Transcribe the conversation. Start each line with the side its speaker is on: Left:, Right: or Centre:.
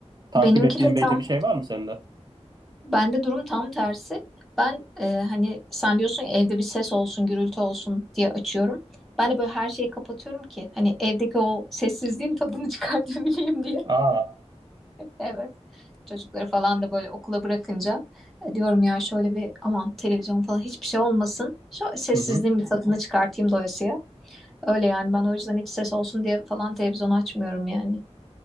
Right: Takip
Centre: Benimki
Right: ettiğin
Centre: de tam,
Right: belli bir şey var mı sende?
Centre: bende durum tam tersi. Ben e, hani sen diyorsun ya, evde bir ses olsun, gürültü olsun diye açıyorum. Ben de böyle her şeyi kapatıyorum ki hani evdeki o sessizliğin tadını <laughs> çıkartabileyim diye.
Right: Aa.
Centre: Evet. Çocukları falan da böyle okula bırakınca e, diyorum ya şöyle bir aman televizyon falan hiçbir şey olmasın. Şu sessizliğin
Right: Hı hı.
Centre: bir tadını çıkartayım doyasıya. Öyle yani ben o yüzden hiç ses olsun diye falan televizyon açmıyorum yani.